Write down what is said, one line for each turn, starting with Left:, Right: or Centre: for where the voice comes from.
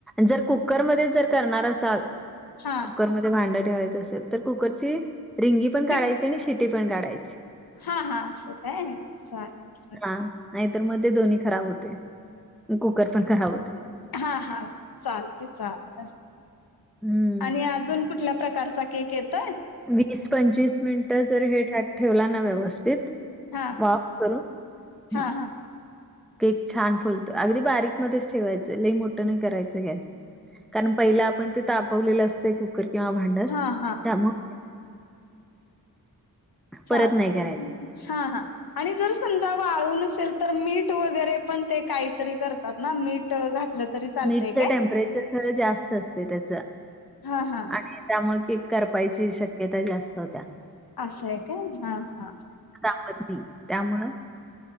Centre: जर कुकरमध्ये जर करणार असाल
Left: हा
Centre: कुकरमध्ये.... भांड ठेवायचं असेल तर कुकरची रिंगी पण काढायची
Left: शिक
Centre: आणि शेटी पण काढायची....
Left: हा हा असं काय चालेल चालेल....
Centre: हा नाहीतर मध्ये दोन्ही खराब होते कुकर पण खराब होते....
Left: हा हा चालते चालतय.....
Centre: हम्म
Left: आणि अजून कुठल्या प्रकारचा केक येतोय
Centre: वीस पंचवीस मिनिट जर हे ठेवला ना व्यवस्थित
Left: हां
Centre: वाफ करून
Left: हां
Centre: हं,
Left: हां
Centre: केक छान फुलतो अगदी बारीक मध्येच ठेवायचं लई मोठं नाही करायचं गॅस कारण पहिला आपण ते तापवलेलं असत कुकर किंवा भांड
Left: हा हा
Centre: त्यामुळे परत
Left: हा
Centre: नाही करायचं
Left: हा आणि जर समजा वाळून नेल तर मीठ वगैरे पण ते काहीतरी करतात ना मीठ घातलं तरी चालतंय
Centre: मीठचं
Left: काय?
Centre: टेम्परेचर खरं जास्त असते त्याच
Left: हा हा
Centre: आणि त्यामुळे केक करपायची शक्यता जास्त होत्या
Left: असं आहे का हा हा
Centre: तापतली त्यामुळं